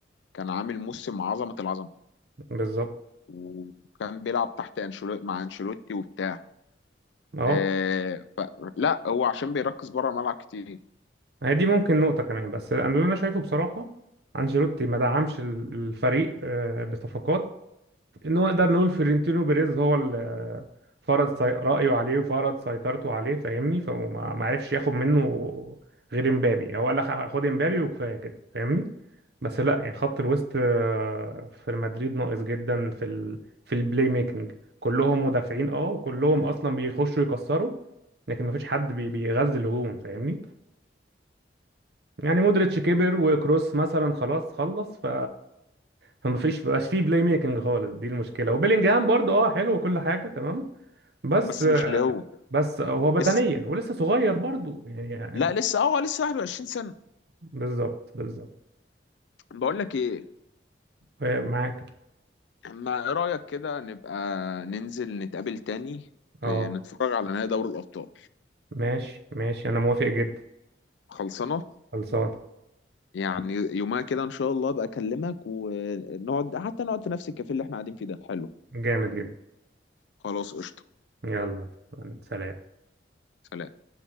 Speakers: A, on the left (about 80°); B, on the right (about 60°).
A: كان عامل موسم عظمة العظمة
B: بالظبط
A: وكان بيلعب تحت انشيلوتي مع انشيلوتي وبتاع
B: اه
A: آه، ف... لا هو عشان بيركز بره الملعب كتير
B: هي دي ممكن نقطة كمان بس أنا اللي أنا شايفه بصراحة أنشيلوتي ما دعمش ال- الفريق آه، بصفقات إن هو نقدر نقول فيرنتينو بيريز هو اللي آه، فرض سي... رأيه عليه وفرض سيطرته عليه فاهمني فما ما عرفش ياخد منه غير امبابي هو قال لك خد امبابي وكفاية كده فاهمني بس لا يعني خط الوسط آه، في مدريد ناقص جدا في ال... في البلاي ميكنج كلهم مدافعين اه وكلهم أصلا بيخشوا يكسروا لكن ما فيش حد بي... بيغذي الهجوم فاهمني يعني مودريتش كبر وكروس مثلا خلاص خلص ف فما فيش مبقاش فيه بلاي ميكنج خالص دي المشكله وبيلينجهام برضو اه حلو وكل حاجه تمام بس
A: بس مش اللي هو
B: بس هو بدنيا
A: لسه
B: ولسه صغير برضو يعني يعني
A: لا لسه اه هو لسه 21 سنة
B: بالظبط بالظبط
A: بقول لك ايه
B: آه، معاك
A: اما ايه رأيك كده نبقى ننزل نتقابل تاني
B: اه
A: إيه، نتفرج على نهائي دوري الأبطال
B: ماشي ماشي انا موافق جدا
A: خلصانة
B: خلصان
A: يعني يومها كده ان شاء الله ابقى اكلمك ونقعد حتى نقعد في نفس الكافيه اللي احنا قاعدين فيه ده حلو
B: جامد جدا
A: خلاص قشطة
B: يلا سلام
A: سلام